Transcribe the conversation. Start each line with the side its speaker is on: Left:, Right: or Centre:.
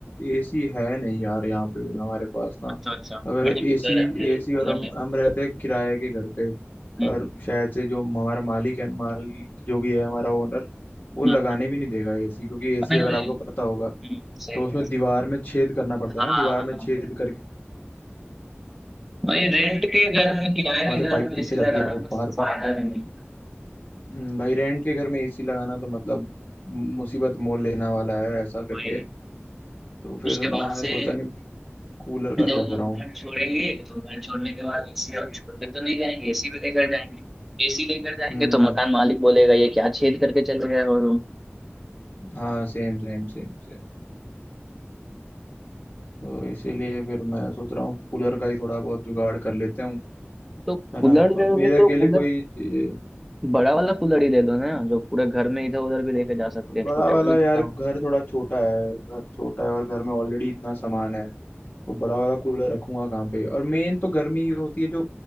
Left: एसी है नहीं यार यहाँ पे हमारे पास ना
Centre: अच्छा अच्छा
Left: अगर
Centre: और
Left: एसी
Centre: जो कूलर रहता है
Left: एसी
Centre: कूलर
Left: और हम
Centre: रहता है
Left: हम रहते हैं किराए के घर पे
Centre: हम्म,
Left: और शायद से जो हमारा मालिक है मालिक जो भी है हमारा ओनर वो
Centre: हाँ
Left: लगाने भी नहीं देगा एसी क्योंकि एसी
Centre: हाँ नहीं
Left: अगर
Centre: नहीं
Left: आपको पता होगा
Centre: हम्म, सही
Left: तो उसमें
Centre: है
Left: दीवार में छेद करना पड़ता
Centre: हाँ
Left: है ना दीवार में
Centre: हाँ,
Left: छेद करके
Centre: वही रेंट के घर में किराए
Left: वहां
Centre: के
Left: से
Centre: घर
Left: पाइप
Centre: में
Left: पीछे
Centre: एसी
Left: जाती
Centre: लगाना
Left: है वो
Centre: कुछ
Left: बाहर
Centre: फायदा भी नहीं है
Left: हम्म, भाई रेंट के घर में एसी लगाना तो मतलब मुसीबत मोल लेना वाला है ऐसा करके
Centre: वही
Left: तो फिर
Centre: उसके
Left: मैं
Centre: बाद से
Left: सोचा नहीं कूलर का
Centre: जब
Left: सोच
Centre: वो
Left: रहा हूँ
Centre: घर छोड़ेंगे तो घर छोड़ने के बाद एसी और छोड़कर तो नहीं जाएंगे एसी भी लेकर जाएंगे एसी लेकर जाएंगे
Left: हम्म
Centre: तो मकान मालिक बोलेगा ये क्या छेद करके चले गए हो रूम
Left: हाँ सेम सेम सेम सेम तो इसीलिए फिर मैं सोच रहा हूँ कूलर का ही थोड़ा बहुत जुगाड़ कर लेते हूँ
Centre: तो कूलर
Left: है ना अब
Centre: लोगे
Left: मेरे
Centre: तो
Left: अकेले
Centre: कूलर
Left: कोई चाहिए
Centre: बड़ा वाला कूलर ही ले लो ना जो पूरे घर में इधर उधर भी लेके जा सकते
Left: बड़ा
Centre: हैं छोटे
Left: वाला
Centre: वाले में
Left: यार
Centre: क्या
Left: घर
Centre: हो
Left: थोड़ा छोटा है घर छोटा है और घर में ऑलरेडी इतना सामान है वो बड़ा वाला कूलर रखूंगा कहाँ पे और मेन तो गर्मी ही होती है जो